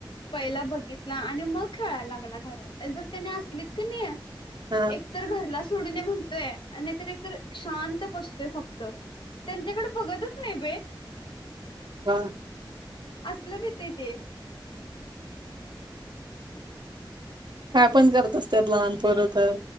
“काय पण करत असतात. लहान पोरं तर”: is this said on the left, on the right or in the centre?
Right